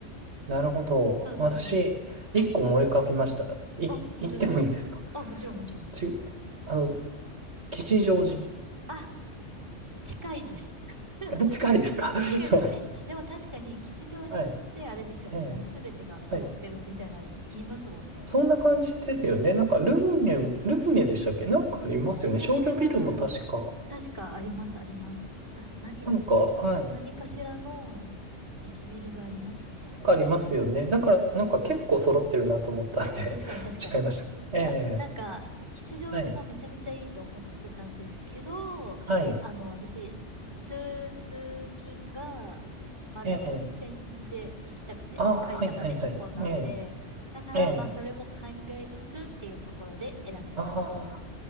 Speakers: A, on the right; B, on the right.
A: なるほど。
B: そうそうそう。
A: 私、
B: はい。
A: 一個思い浮かびました。い、
B: あ、本当ですか。
A: 言ってもいいですか
B: あ、もちろんもちろん。
A: ち、あの、吉祥寺。
B: あ、近いです。<laughs>
A: <laughs> 近いですか <laughs>
B: 近いです。え、でも確かに吉祥寺ってあれですよね。
A: はい、ええ、
B: もうすべてが揃ってるみたいな言いますもんね。
A: はい。そんな感じですよね。なんか、
B: うん。
A: ルミネ、ルミネでしたっけなんかありますよね。
B: 吉祥寺は、
A: 商業ビルも確か。
B: 確かあります、あります。な、何だっけ何かしらの
A: なんか、はい。
B: 駅ビルがありますね。
A: なんかありますよね。だから、
B: そうそうそう。
A: なんか結構揃ってるなと思ったんで
B: あ、確かに確かに。
A: <laughs> 違いました。ええ
B: いや、なんか、吉祥寺もめちゃめちゃいいと思ってたんですけど、
A: はい。はい。
B: あの、私、通、通勤が丸の内線で行きたくて、
A: ええああ、
B: 会社まで一本なので、
A: はいはいはい。ええ
B: だから、
A: ええ
B: まあ、それも考えつつっていうところで選んでます。
A: あ